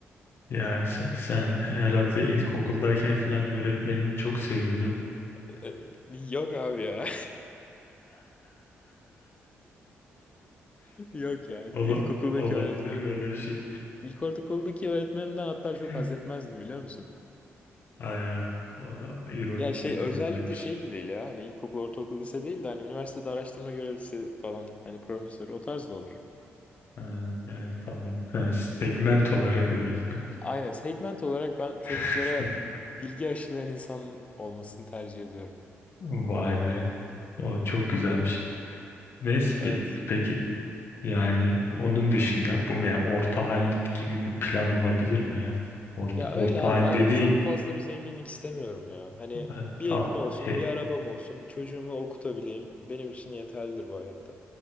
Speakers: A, on the left; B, on the left.
A: yani sen, sen herhalde ilkokuldayken falan öğretmenini çok seviyordun.
B: Ee, Yok abi ya. <laughs> Yok ya.
A: Ola,
B: İlkokuldaki
A: olabilir
B: öğretmenim,
A: mi öyle bir şey?
B: ilkokuldaki öğretmenimden hatta çok
A: <laughs>
B: haz etmezdim biliyor musun?
A: Aya, o da ironik
B: Ya şey
A: bir
B: özellikle
A: durumdaymış.
B: şey de değil ya. Hani ilkokul, ortaokul, lise değil de hani üniversitede araştırma görevlisi falan. Hani profesör o tarz da olur.
A: Ha, yani tamam. Ben segment olarak öğretmen.
B: Aynen segment olarak ben çocuklara
A: <laughs>
B: bilgi aşılayan insan olmasını tercih ediyorum.
A: Vay be. O çok güzelmiş. Neyse
B: Evet.
A: bir, peki. Yani onun dışında bu mu ya orta hallit gibi bir plan olabilir mi ya? Orta,
B: Ya öyle
A: orta
B: abi
A: hal
B: ben
A: dediğin
B: çok fazla bir zenginlik istemiyorum ya. Hani
A: e,
B: bir
A: ta-
B: evim olsun,
A: e,
B: bir arabam olsun, çocuğumu okutabileyim benim için yeterlidir bu hayatta.